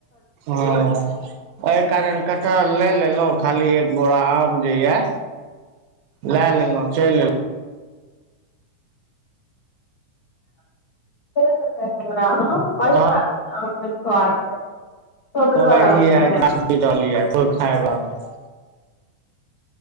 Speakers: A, on the right; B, on the left.
A: <unintelligible> यै कारण कटहल नै लेलौ खाली एक बोरा आम जे यऽ लै लेलों चैल एलौ
B: रहै हमरा आम बढ़आ
A: एलहुँ
B: रहै आम मे स्वाद रहै सुअदगर
A: <unintelligible>
B: आम रहै हँ